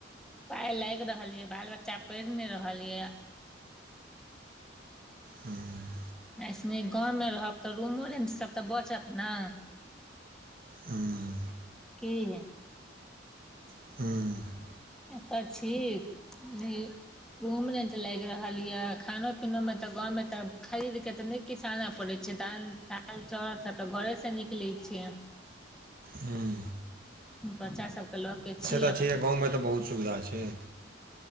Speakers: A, in the centre; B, on the right (about 50°).
A: पाय लागि रहल य, बाल बच्चा पढ़ि नै रहल य।
B: हं अं
A: ऐ सं नीक, गाँवमे रहब त, रूमो रेंट सब त बचत न?
B: हुं उं
A: की है
B: हँ
A: एत छी नै रुम रेंट लागि रहल य, खानो पीनो में त, गांव में ते खरीद के त नै किछ आन पड़ै छै, दन दालि चाउर सब त घरेसँ निकलै छै।
B: हुं
A: बच्चा सभकेँ ल के छी
B: तऽ
A: अपन।
B: छै गाँवमे बहुत सुविधा छै।